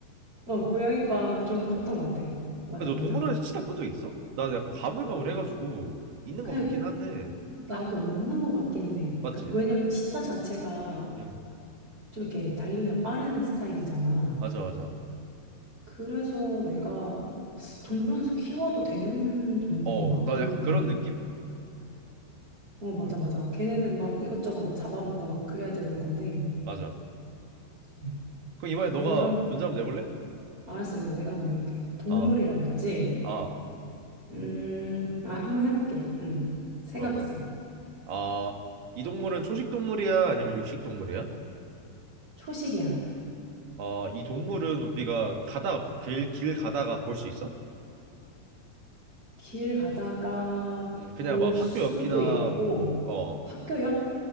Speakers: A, on the right; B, on the right.
A: 어 고양이과가 좀 컸던
B: 어.
A: 것 같아 맞아
B: 야, 너
A: 맞아
B: 동물원에서 치타 본 적 있어? 나는 약간 가물가물해가지고 있는
A: 근데
B: 것 같긴 한데,
A: 나도 없는 것 같기는 해
B: 맞지?
A: 그러니까 왜냐면 치타 자체가
B: 응,
A: 좀 이렇게 달리기가 빠른 스타일이잖아
B: 맞아, 맞아.
A: 그래서 내가 동물원에서 키워도 되는 동물인가?
B: 어, 나
A: 모르겠네.
B: 약간 그런 느낌?
A: 어, 맞아,
B: 그-
A: 맞아. 걔네는 막 이것저것 막 잡아먹고 막 그래야 되는 건데.
B: 맞아.
A: 그치.
B: 그럼 이번에
A: 그럼,
B: 너가 문제 한번 내볼래?
A: 알았어. 이제 내가 한번 내볼게. 동물이라
B: 아,
A: 그랬지?
B: 아,
A: 음, 아, 한번 해볼게. 응. 생각했어.
B: 좋아, 좋아. 아, 이 동물은 초식 동물이야? 아니면 육식 동물이야?
A: 초식이야.
B: 어, 이 동물은 우리가 가다가 길, 길 가다가 볼 수 있어?
A: 길 가다가
B: 음, 그냥
A: 볼
B: 막
A: 수도
B: 학교 옆이나
A: 있고,
B: 뭐, 어,
A: 학교 옆?